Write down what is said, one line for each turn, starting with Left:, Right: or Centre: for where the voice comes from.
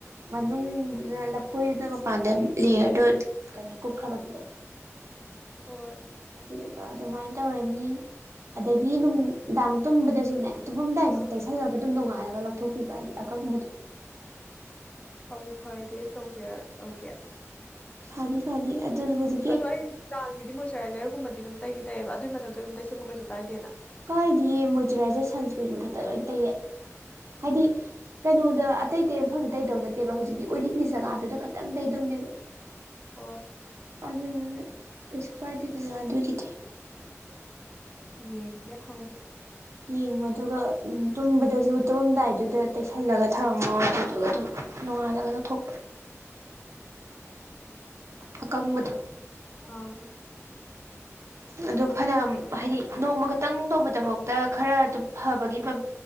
Right: ꯃꯅꯨꯡꯗꯨꯗꯥ ꯂꯐꯣꯏꯗꯨꯅ ꯃꯄꯥꯟꯗꯥ ꯂꯦꯌꯔꯗꯣ ꯀꯩꯅꯣ ꯀꯨꯞꯈ꯭ꯔ ꯃꯇꯨꯡꯗꯥ
Left: ꯑꯣ
Right: ꯑꯗꯨꯗꯨꯒ ꯑꯗꯨꯃꯥꯏꯅ ꯇꯧꯔꯅꯤ ꯑꯗꯒꯤ ꯅꯨꯡ ꯅꯨꯡꯗꯥꯡ ꯇꯨꯝꯕꯗꯁꯨꯅꯦ ꯇꯨꯝꯃꯝꯗꯥꯏꯁꯤꯗ
Left: ꯑꯥ
Right: ꯇꯩꯁꯜꯂꯒ ꯑꯗꯨꯝ ꯅꯣꯡꯉꯥꯏꯔꯒ ꯂꯧꯊꯣꯛꯄꯤꯕ ꯍꯥꯏꯗꯤ ꯑꯀꯪꯕꯗꯣ
Left: ꯐꯥꯕꯨ ꯐꯔꯗꯤ ꯇꯧꯁꯤꯔ ꯇꯧꯒꯦ
Right: ꯐꯥꯅꯤ ꯐꯥꯅꯤ ꯑꯦ ꯍꯧꯖꯤ
Left: ꯑꯗꯣ ꯑꯩ ꯅꯨꯡꯗꯥꯡꯒꯤꯗꯤ ꯃꯣꯏꯆꯔꯥꯏꯖꯔꯒꯨꯝꯕꯗꯤ ꯑꯗꯨꯝ ꯇꯩꯗꯤ ꯇꯩꯑꯕ ꯑꯗꯨꯏ ꯃꯊꯛꯇ ꯑꯗꯨꯝ ꯇꯩꯁꯟꯕ ꯀꯩꯁꯨ ꯀꯥꯏꯗꯦꯅ
Right: ꯀꯥꯏꯗꯤꯌꯦ ꯃꯣꯏꯆꯔꯥꯏꯖꯔ ꯁꯟꯁꯀ꯭ꯔꯤꯟ ꯃꯊꯛꯇ ꯂꯣꯏꯅ ꯇꯩꯌꯦ
Left: ꯎꯝ
Right: ꯍꯥꯏꯗꯤ ꯀꯩꯅꯣꯗ ꯑꯇꯩ ꯇꯩ ꯃꯐꯝꯗꯤ ꯇꯩꯗꯧ ꯅꯠꯇꯦꯕ ꯍꯧꯖꯤꯛꯀꯤ ꯑꯣꯏꯔꯤꯛꯀꯤ ꯖꯒꯥꯗꯨꯗ ꯈꯛꯇꯪ ꯇꯩꯗꯧꯅꯦꯕ
Left: ꯍꯣꯏ
Right: ꯑꯗꯨꯅꯅꯦ ꯀꯩꯁꯨ ꯀꯥꯏꯗꯦꯗꯅ ꯑꯗꯨꯒꯤꯗꯤ
Left: ꯌꯦꯒꯦ ꯍꯣꯏ
Right: ꯌꯦꯡꯉꯣ ꯑꯗꯨꯒ ꯇꯨꯝꯕꯗꯁꯨ ꯇꯨꯝꯃꯝꯗꯥꯏꯗꯨꯗ ꯇꯩꯁꯜꯂꯒ ꯊꯝꯃꯣ ꯑꯗꯨꯗꯨꯒ ꯑꯗꯨꯝ ꯅꯣꯡꯉꯥꯜꯂꯒ ꯂꯧꯊꯣꯛ ꯑꯀꯪꯕꯗꯣ
Left: ꯑꯥ
Right: ꯑꯗꯨ ꯐꯅ ꯍꯥꯏꯗꯤ ꯅꯣꯡꯃ ꯈꯛꯇꯪ ꯇꯧꯕꯗꯐꯥꯎꯇ ꯈꯔ ꯑꯗꯨ ꯐꯕꯒꯤ